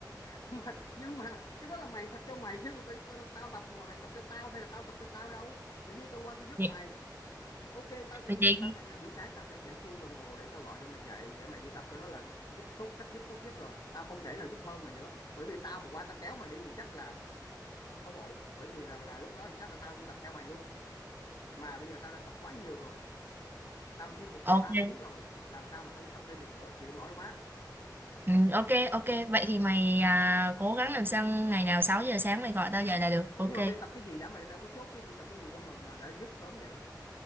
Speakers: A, on the left; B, on the right.
A: <laughs> Mà, nhưng mà cái đó là mày tập cho mày chứ tao, tao, tao tập mà mày tập cho tao hay là tao tập cho tao đâu. Tự nhiên tao qua tao giúp
B: Vậy-
A: mày. Ok, tao sẽ
B: vậy thì-
A: tao sẽ để buổi sáng tao sẽ để chuông đồng hồ để tao gọi cho mày dậy để mày đi tập cái đó là giúp tốt cách giúp tốt nhất rồi. Tao không thể là giúp hơn mày nữa. Bởi vì tao mà qua tao kéo mày đi thì chắc là không ổn. Bởi vì rằng là là lúc đó thì chắc là tao đi tập theo mày luôn. Mà bây giờ tao đang tập quá nhiều rồi tao gym một
B: ok
A: ngày 3 tiếng rồi làm sao mà tao đi tập thêm được nữa chịu không nổi đâu má
B: ừ, ok ok vậy thì mày à, cố gắng làm sao ngày nào 6 giờ sáng mày gọi tao dậy là được
A: ủa
B: ok
A: nhưng mà mày tập cái gì đã mày đâu có chốt cái đi tập cái gì đâu mà mà đã giúp sớm vậy